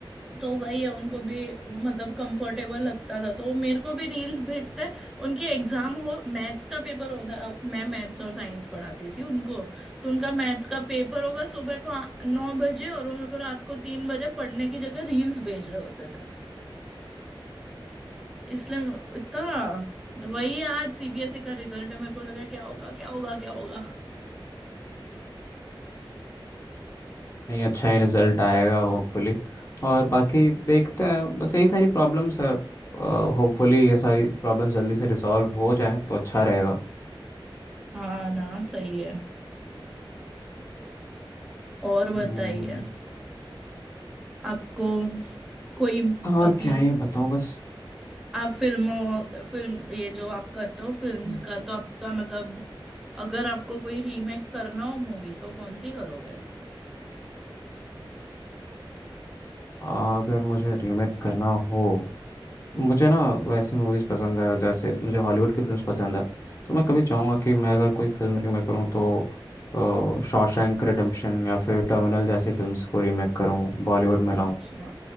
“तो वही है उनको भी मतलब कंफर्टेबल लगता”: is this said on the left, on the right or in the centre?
Centre